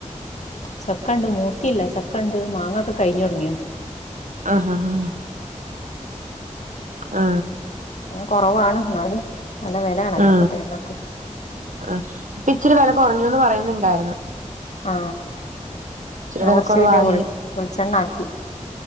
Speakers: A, on the left (about 65°); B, on the right (about 75°).
A: ചക്കെണ്ട് മൂത്തില്ല ചക്കെണ്ട് മാങ്ങെക്ക കഴിഞ്ഞ് തൊടങ്ങീയണ്.
B: ആ ഹാ ഹാ ആ
A: കൊറവാണ് എന്നാലും. നല്ല വിലയാണല്ലോ
B: ആ
A: ഇപ്പൊ തേങ്ങക്ക്
B: ആ ഇപ്പ ഇച്ചിരി വില കൊറഞ്ഞൂന്ന് പറയുന്നെ ണ്ടാരിന്ന്.
A: ആ ഞാൻ
B: വെല
A: കൊറച്ച്
B: കൊറവായി
A: പിന്നെ വെൾ വെളിച്ചെണ്ണ ആക്കി